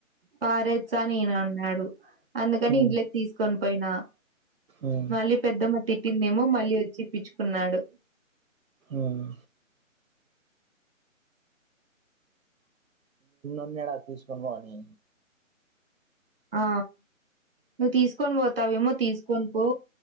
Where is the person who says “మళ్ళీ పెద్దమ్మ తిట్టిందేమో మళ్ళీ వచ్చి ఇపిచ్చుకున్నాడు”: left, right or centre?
Right